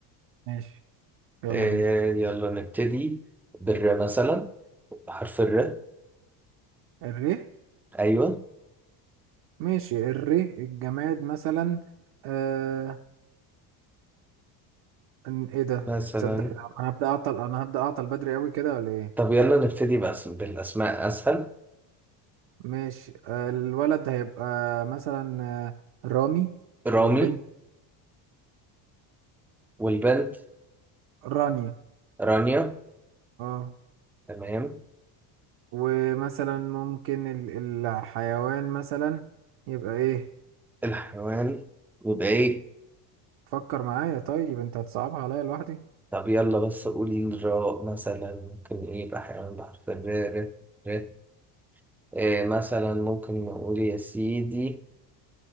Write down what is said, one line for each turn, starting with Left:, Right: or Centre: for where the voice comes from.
Right: ماشي يلا
Centre: آه،
Right: بينا
Centre: يلا نبتدي بالر مثلا حرف الر
Right: الره
Centre: ايوه
Right: ماشي الره الجماد مثلا آه، ان ايه ده
Centre: مثلا
Right: تصدق انا هبدأ اعطل انا هبدأ اعطل بدري قوي كده ولا ايه
Centre: طب يلا نبتدي بأسم بالاسماء اسهل
Right: ماشي آه، الولد هيبقى مثلا آه، رامي
Centre: رامي
Right: والبنت
Centre: والبنت
Right: ورانيا
Centre: رانيا
Right: اه
Centre: تمام
Right: ومثلا ممكن ال- الحيوان مثلا يبقى ايه
Centre: الحيوان يبقى ايه
Right: فكر معايا طيب انت هتصعبها عليا لوحدي
Centre: طب يلا بس قولي الراء مثلا ممكن ايه يبقى حيوان بحرف الراء ر- ر. إيه مثلا ممكن نقول يا سيدي